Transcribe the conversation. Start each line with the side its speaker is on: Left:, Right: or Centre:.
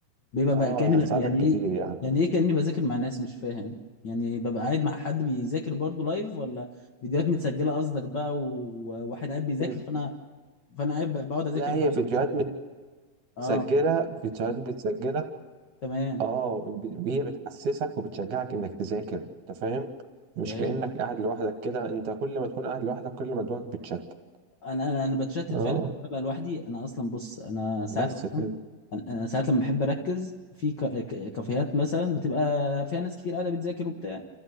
Left: بيبقى
Right: اه
Left: بقى كأني بقى
Right: هتساعدك
Left: يعني
Right: كتير
Left: ايه
Right: يعني
Left: يعني ايه كأني بذاكر مع ناس مش فاهم يعني ببقى قاعد مع حد بيذاكر برضه لايف ولا فيديوهات متسجلة قصدك بقى وواحد قاعد بيذاكر
Right: بس
Left: فانا فانا قاعد بق- بقعد اذاكر
Right: لا
Left: معاك
Right: هي فيديوهات
Left: اه
Right: متسجلة فيديوهات متسجلة
Left: تمام
Right: اه ب- هي بتحسسك وبتشجعك انك تذاكر انت فاهم مش
Left: فاهم
Right: كأنك قاعد لوحدك كده انت كل ما تكون قاعد لوحدك كل ما دماغك بتشتت
Left: انا انا انا بتشتت
Right: اه
Left: فعلا ببقى لوحدي انا اصلا بص انا ساعات
Right: بس
Left: اصلا
Right: كده
Left: انا أنا ساعات لما بحب اركز في ك- ك- كافيهات مثلا بتبقى فيها ناس كتير قاعده بتذاكر وبتاع